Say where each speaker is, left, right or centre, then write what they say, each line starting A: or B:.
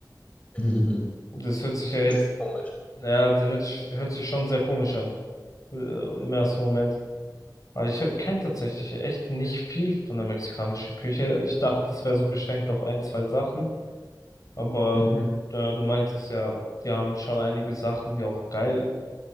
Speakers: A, on the left; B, on the left.
A: <laughs>
B: das hört sich ja jetzt,
A: Ist komisch.
B: ja, das hört sich, hört sich schon sehr komisch an. äh, Im ersten Moment. Aber ich kenne tatsächlich echt nicht viel von der mexikanischen Küche. Ich dachte, es wäre so beschränkt auf ein, zwei Sachen. Aber
A: Mhm.
B: äh, du meintest ja, die haben schon einige Sachen, die auch geil